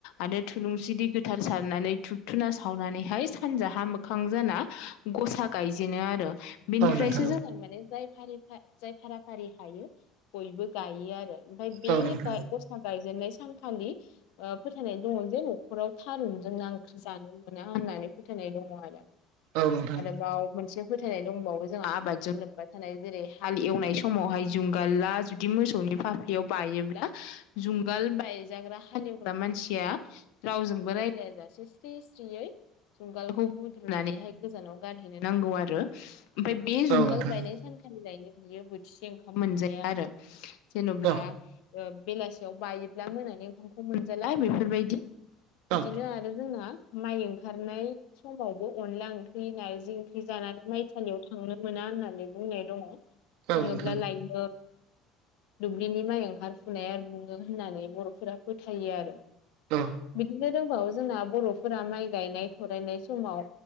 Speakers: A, on the left; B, on the right.
A: आरो थुलुंसि दै गोथार सारनानै थुब थुना सावनानै हाय सानजाहा मोख खांजाना गसा गायजेनो आरो बिनिफ्रायसो
B: औ नोंथां
A: जों माने जाय फारि फा जाय फारा फारि हायो बयबो गायो आरो । ओमफाय बे
B: औ नोंथां
A: गाय गसा गायजेननाय सानखालि ओ फोथायनाय दङ जे न'खराव थारुनजों ना ख्रि जानो मोना होननानै फोथायनाय दङ आरो ।
B: औ नोंथां
A: आरो बाव मोनसे फोथायनाय दंबावो जोंहा आबादजों लोबबा थानाय जेरै हाल एवनाय समावहाय जुंगाला जुब दि मोसौ फाफ्लियाव बायोब्ला जुंगाल बायजाग्रा हालिव ग्रा मानसिया रावजोंबो राय्लाया जासे स्रि स्रियै जुंगालखौ बुद्रुनानै हाय गोजानाव गारहैनो नांगौ आरो ओमफाय बे जुंगाल
B: औ नोंथां
A: बायनाय सानखालि लायनो बियो बोथिसे ओंखाम मोनजाया आरो जेन'ब्ला
B: औ
A: ओ बेलासियाव बायोब्ला मोनानि ओंखामखौ मोनजाला बेफोरबायदि । बिदिनो
B: औ
A: आरो जोंना माइ ओंखारनाय समावबो अनला ओंख्रि नारजि ओंख्रि जानानै माइथालियाव थांनो मोना होननानै बुंनाय दङ । थाङोब्ला
B: औ नोंथां
A: लायनो दुब्लिनि माइ ओंखारफुनाया रुङो होननानै बर'फोरा फोथायो आरो बिदि
B: औ
A: दिनो दोंबावो जोंना बर'फोरा माइ गायनाय थरायनाय समाव